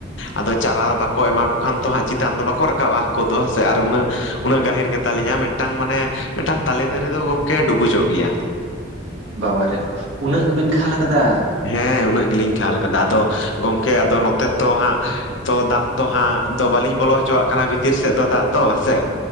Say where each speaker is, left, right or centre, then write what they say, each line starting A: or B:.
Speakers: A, on the left; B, on the right.
A: ᱟᱫᱚ ᱪᱟᱨᱟ ᱵᱟᱠᱚ ᱮᱢᱟ ᱠᱚ ᱠᱷᱟᱱ ᱛᱚᱦᱟᱜ ᱪᱮᱛᱟᱱ ᱫᱚ ᱵᱟᱠᱚ ᱨᱟᱠᱟᱵ-ᱟ ᱦᱟᱠᱩ ᱫᱚ ᱦᱮᱥᱮ ᱟᱨ ᱩᱱᱟᱹᱜ ᱩᱱᱟᱹᱜ ᱜᱟᱹᱦᱤᱨ ᱜᱮᱛᱟᱞᱤᱧᱟ ᱢᱮᱫ ᱢᱮᱫᱴᱟᱝ ᱢᱟᱱᱮ ᱢᱮᱫᱴᱟᱝ ᱛᱟᱞᱮ ᱫᱟᱨᱮ ᱫᱚ ᱜᱚᱝᱠᱮ ᱰᱩᱵᱩᱡᱚᱜ ᱜᱮᱭᱟ
B: ᱵᱟᱵᱟᱨᱮ ᱩᱱᱟᱹᱜ ᱵᱤᱱ ᱠᱷᱟᱞ ᱠᱟᱫᱟ
A: ᱦᱮᱸ ᱩᱱᱟᱹᱜ ᱜᱤᱞᱤᱧ ᱠᱷᱟᱞ ᱠᱟᱫᱟ ᱟᱫᱚ ᱜᱚᱝᱠᱮ ᱟᱫᱚ ᱱᱚᱛᱮ ᱛᱚ ᱦᱟᱸᱜ ᱛᱚ ᱫᱟᱜ ᱛᱚ ᱦᱟᱜ ᱫᱚ ᱵᱟᱞᱤᱧ ᱵᱚᱞᱚ ᱦᱚᱪᱚᱣᱟᱜ ᱠᱟᱱᱟ ᱵᱷᱤᱛᱤᱨ ᱥᱮᱫ ᱫᱚ ᱫᱟᱜ ᱫᱚ ᱦᱮᱸᱥᱮ